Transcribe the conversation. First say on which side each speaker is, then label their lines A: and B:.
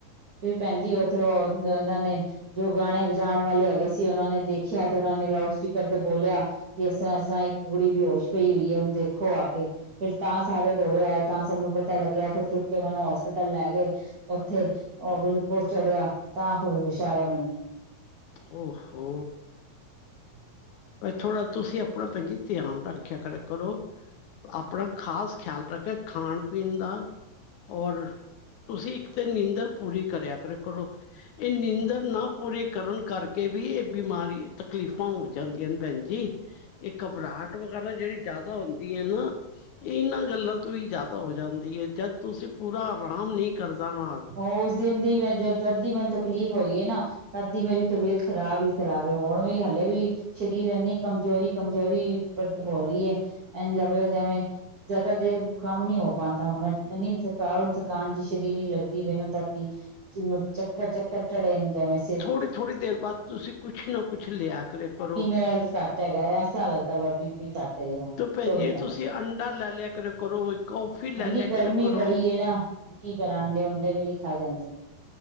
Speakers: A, on the right; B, on the left.
A: ਫੇਰ ਭੈਣ ਜੀ ਉੱਥੇ ਉਹਨਾਂ ਨੇ ਜੋ ਗਾਣੇ ਵਜਾਉਣ ਵਾਲੇ ਹੈਗੇ ਸੀ ਉਹਨਾਂ ਨੇ ਦੇਖਿਆ ਤੇ ਉਹਨਾਂ ਨੇ ਲਾਊਡ ਸਪੀਕਰ ਤੇ ਬੋਲਿਆ ਕਿ ਏਸਤਰ੍ਹਾਂ-ਏਸਤਰ੍ਹਾਂ ਇੱਕ ਕੁੜੀ ਬੇਹੋਸ਼ ਪਈ ਹੋਈ ਏ। ਔਨੂੰ ਦੇਖੋ ਆ ਕੇ। ਫੇਰ ਤਾਂ ਸਾਰੇ ਦੌੜੇ ਆਏ ਤਾਂ ਸਭ ਨੂੰ ਪਤਾ ਲੱਗਿਆ ਫੇਰ ਚੁੱਕ ਕੇ ਮੈਨੂੰ ਹੋਸਪਿਟਲ ਲੈ ਗਏ। ਔਥੇ ਔ ਗੁਲੂਕੋਸ ਚੜਿਆ ਤਾਂ ਹੋੁਸ਼ ਆਯਾ ਮੈਨੂੰ।
B: ਔ-ਹੋ।
A: <inaudible>
B: ਬਈ ਥੋੜ੍ਹਾ ਤੁਸੀਂ ਆਪਣਾ ਭੈਣ ਜੀ ਧਿਆਨ ਰੱਖਿਆ ਕਰ ਕਰੋ। ਆਪਣਾ ਖ਼ਾਸ ਖਿਆਲ ਰੱਖੇ ਖਾਣ-ਪੀਣ ਦਾ ਔਰ ਤੁਸੀਂ ਇੱਕ ਤੇ ਨੀਂਦਰ ਪੂਰੀ ਕਰਿਆ ਕਰ ਕਰੋ ਏ ਨੀਂਦਰ ਨਾ ਪੂਰੀ ਕਰਨ ਕਰਕੇ ਵੀ ਏ ਬਿਮਾਰੀ ਤਕਲੀਫ਼ਾਂ ਹੋ ਜਾਂਦੀਆਂ ਨੇ ਭੈਣ ਜੀ। ਏ ਘਬਰਾਹਟ ਵਗੈਰਾ ਜਿਹੜੀ ਜ਼ਿਆਦਾ ਹੁੰਦੀ ਏ ਨਾ ਏਨਾਂ ਗੱਲਾਂ ਤੋਂ ਈ ਜ਼ਿਆਦਾ ਹੋ ਜਾਂਦੀ ਏ, ਜਦ ਤੁਸੀਂ ਪੂਰਾ ਆਰਾਮ ਨਹੀਂ ਕਰਦਾ ਵਾਂ।
A: ਔ ਉਸ ਦਿਨ ਦੀ ਮੈਂ ਜ ਜਦ ਦੀ ਮੈਨੂੰ ਤਕਲੀਫ਼ ਹੋਈ ਏ ਨਾ ਤਦ ਦੀ ਮੇਰੀ ਤਬੀਅਤ ਖਰਾਬ ਈ ਖਰਾਬ ਏ। ਹੁਣ ਵੀ ਹਲੇ ਵੀ ਸਰੀਰ ਏਨੀ ਕਮਜ਼ੋਰੀ-ਕਮਜ਼ੋਰੀ ਪ ਹੋ ਰਹੀ ਏ। ਐਨਜ ਲੱਗ ਰਿਹਾ ਜੈਵੇਂ ਜ਼ਿਆਦਾ ਦੇਰ ਹੁਨ ਕੰਮ ਨੀ ਹੋ ਪਾਂਦਾ, ਹੁਣ ਮੈਂ ਏਨੀ ਥਕਾਵਟ ਥਕਾਨ ਜੀ ਸ਼ਰੀਰ ਜੀ ਲਗ ਮੈਨੂੰ ਤਦ ਦੀ ਜਿਵੇਂ ਚੱਕਰ-ਚੱਕਰ ਚੜੇ ਨੇ ਜੈਂਵੇਂ
B: ਥੋੜ੍ਹੀ-ਥੋੜ੍ਹੀ ਦੇਰ ਬਾਦ ਤੁਸੀਂ ਕੁਛ ਨਾ ਕੁਛ ਲਿਆ ਕਰੇ ਕਰੋ।
A: <unintelligible> ਟ ਹੈਗਾ ਐਸਾ ਲੱਗਦਾ ਪਯਾ ਬੀ ਕੱਟ ਏ ਜਿਵੇਂ
B: ਤੇ ਭੈਣ
A: ਚੌਵੀ
B: ਜੀ
A: ਘੰਟੇ।
B: ਤੁਸੀਂ ਅੰਡਾ ਲੈ ਲਿਆ ਕਰਿਆ ਕਰੋ, ਕੌਫੀ ਲੈ
A: ਏਨੀ
B: ਲਿਆ
A: ਗਰਮੀ
B: ਕਰਿਆ ਕਰੋ।
A: ਬੜੀ ਏ ਨਾ। ਕੀ ਕਰਾਂ? ਅੰਡੇ ਉੰਡੇ ਵੀ ਨੀ ਖਾਏ ਜਾਂਦੇ।